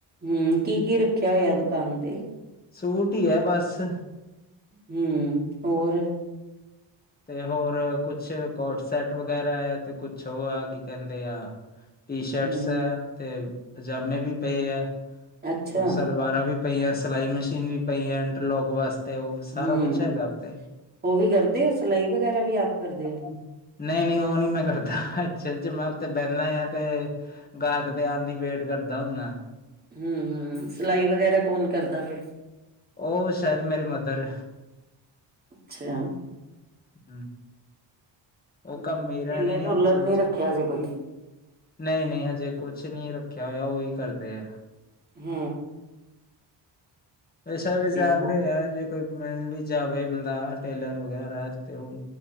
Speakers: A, on the right (about 20°); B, on the left (about 20°).
A: ਹੂ ਕੀ-ਕੀ ਰੱਖਿਆ ਹੋਇਆ ਦੁਕਾਨ ਤੇ
B: ਸੂਟ ਹੀ ਹੈ ਬਸ
A: ਹੂ ਹੋਰ
B: ਤੇ ਹੋਰ ਕੁਛ ਕੋਟ ਸੈਟ ਵਗੈਰਾ ਹੈ ਤੇ ਕੁਛ ਉਹ ਆ ਕੀ ਕਹਿੰਦੇ ਆ ਟੀ ਸ਼ਰਟਸ
A: ਹੂੰ,
B: ਹੈ ਤੇ ਪਜਾਮੇ ਵੀ ਪਏ ਹੈ
A: ਅੱਛਾ
B: ਕੁਝ ਸਲਵਾਰਾਂ ਵੀ ਪਈਆਂ ਸਿਲਾਈ ਮਸ਼ੀਨ ਵੀ ਪਈ ਆ ਇੰਟਰਲੋਕ ਵਾਸਤੇ ਉਹ ਸਾਰਾ
A: ਹੂੰ,
B: ਕੁਛ ਹੈਗਾ ਉੱਥੇ
A: ਉਹ ਵੀ ਕਰਦੇ ਹੋ ਸਿਲਾਈ ਵਗੈਰਾ ਵੀ ਆਪ ਕਰਦੇ ਹੋ
B: ਨਹੀਂ-ਨਹੀਂ ਉਹ ਨੀ ਮੈਂ ਕਰਦਾ ਚ ਚ ਮੈਂ ਉੱਥੇ ਬੈਂਦਾ ਆ ਤੇ ਗਾਹਕ ਤੇ ਆਉਣ ਦੀ ਵੇਟ ਕਰਦਾ ਹੁੰਦਾ
A: ਹੂ ਸਿਲਾਈ ਵਗੈਰਾ ਕੌਣ ਕਰਦਾ ਫਿਰ
B: ਉਹ ਸ਼ਾਇਦ ਮੇਰੇ ਮਦਰ
A: ਅੱਛਾ
B: ਹਮ ਉਹ
A: ਹੂੰ,
B: ਕੰਮ ਮੇਰਾ
A: ਟੇਲਰ-ਟੂਲਰ
B: ਨਹੀਂ ਹੈ ਚੱਲ
A: ਨੀ ਰੱਖਿਆ
B: ਸ
A: ਜੇ ਕੋਈ?
B: ਨਹੀਂ-ਨਹੀਂ ਹਜੇ ਕੁਛ ਨਹੀਂ ਰੱਖਿਆ ਹੋਇਆ ਉਹੀ ਕਰਦੇ ਹੈ
A: ਹਮ
B: ਪੈਸਾ ਵਿਚਜ਼ਾਰਦੇ
A: ਹੋ
B: ਆ ਜੇ ਕੋਈ ਮਿਲ ਵੀ ਜਾਵੇ ਬੰਦਾ ਟੇਲਰ ਵਗੈਰਾ ਤੇ ਉਹ